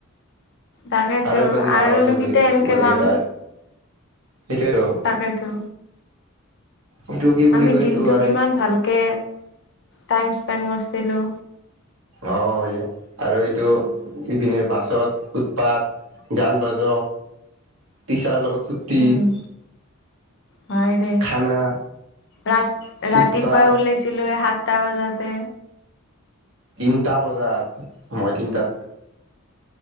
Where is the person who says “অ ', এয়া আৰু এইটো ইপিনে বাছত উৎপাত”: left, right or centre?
Right